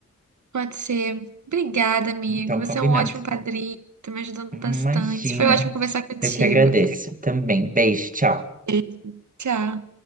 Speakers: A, on the right (about 75°); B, on the right (about 25°).
A: pode ser. Obrigada, amigo.
B: Então,
A: Você
B: combinado.
A: é um ótimo padrinho, tá me ajudando
B: Imagina,
A: bastante. Foi ótimo conversar contigo.
B: eu que agradeço
A: <laughs>
B: também. Beijo, tchau.
A: Beijo, Tchau.